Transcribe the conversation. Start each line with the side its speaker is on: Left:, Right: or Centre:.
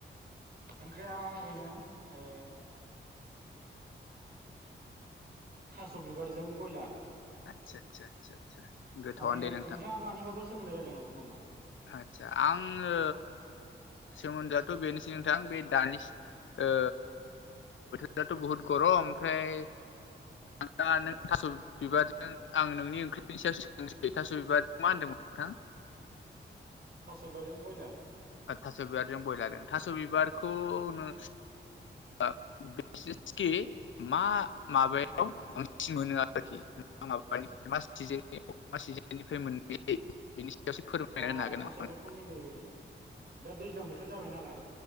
Right: ओंख्रिया ओरैनो ओ थास बिबारजों बयलार
Left: आतसा आदसा आदसा आदसा गोथावआनो
Right: ओमफ्राय
Left: दे
Right: नोंथाङा मानिबाबो सोमोन्दै रायजलायहरगोन नामा?
Left: आतसा आङो सोमोन्दोआथ बेनोसै नोंथां बे दानि ओ दाथ बुहुत गरम ओमफ्राय दा
Right: औ
Left: नों थास बिबारजों आं नोंनि ओंख्रिनि सायाव सोंसै थास बिबारजों मा होनदोंमोन नोंथां
Right: थास बिबार जों ब्रयलार
Left: थास बिबारजों बयलार थास बिबारखौ नों ओ <unintelligible> कि मा माबायाव
Right: औ
Left: बांसिन मोनो आरोखि? ओमफ्राय मा मा सिजननिफ्राय मोननाय जायो <unintelligible> फोरमायना
Right: अ
Left: होनो
Right: थास'
Left: हागोन नामा
Right: बिबारखौ
Left: नोंथां?
Right: नैबे दा दैज्लां बोथोर जाबाय नालाय